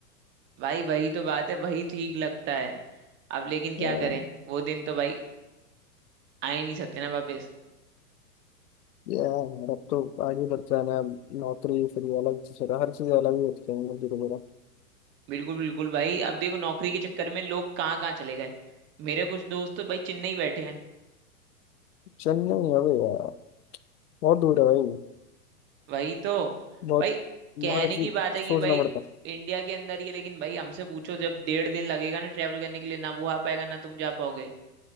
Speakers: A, on the right (about 25°); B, on the left (about 70°).
A: भाई वही तो बात है वही ठीक लगता है अब लेकिन क्या
B: अम,
A: करें वो दिन तो भाई आ ही नहीं सकते ना वापस
B: यार अब तो आगे बढ़ जाना है अब नौकरी फिर ये अलग चीज हर चीज अलग ही होती है मतलब धीरे धीरे
A: बिल्कुल बिल्कुल भाई अब देखो नौकरी के चक्कर में लोग कहाँ कहाँ चले गए मेरे कुछ दोस्त तो भाई चेन्नई बैठे हैं
B: चेन्नई अबे यार बहुत दूर है भाई
A: वही तो
B: बहुत
A: भाई कहने
B: हर चीज
A: की बात है कि
B: सोचना
A: भाई
B: पड़ता है
A: इंडिया के अंदर ही है लेकिन भाई हमसे पूछो जब डेढ़ दिन लगेगा ना ट्रेवल करने के लिए ना वो आ पाएगा ना तुम जा पाओगे